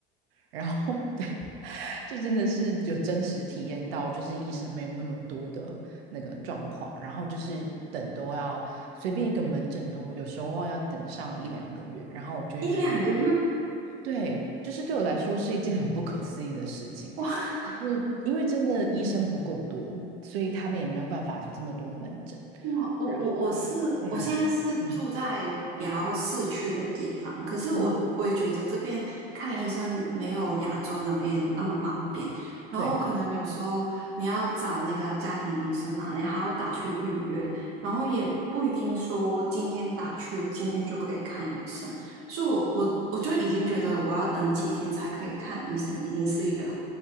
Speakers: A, on the right; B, on the right.
A: 然后 <laughs> 对，就真的是有真实体验到，就是医生没有那么多的那个状况，然后就是等都要随便一个门诊都有时候要等上一两个月，然后我就会觉得，
B: 一两个
A: 对，就是对我来说是一件很不可思议的事情。
B: 哇，
A: 是因为真的医生不够多，所以他们也没有办法有这么多门诊。
B: 哇，我我我是我现在是住在比较市区的地方，
A: 哦，对呀，嗯，
B: 可是我我也觉得这边看医生没有亚洲那边那么方便，
A: 嗯，
B: 然后可能有时候你要找那个家庭医生啊，
A: 对，
B: 你还要打去预约，然后也不一定说今天打去今天就可以看医生，所以我我我就已经觉得我要等几天才可以看医生，已经是一个